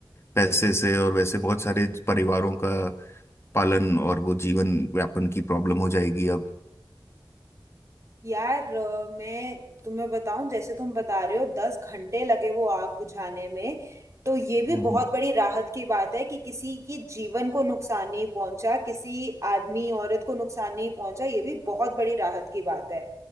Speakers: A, on the left (about 30°); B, on the right (about 35°).
A: पैसे से और वैसे बहुत सारे परिवारों का पालन और वो जीवन यापन की प्रॉब्लम हो जाएगी अब
B: यार अ, मैं तुम्हें बताऊं जैसे तुम बता रहे हो दस घंटे लगे वो आग बुझाने में तो ये भी
A: हम्म
B: बहुत बड़ी राहत की बात है कि किसी के जीवन को नुकसान नहीं पहुंचा किसी आदमी औरत को नुकसान नहीं पहुंचा ये भी बहुत बड़ी राहत की बात है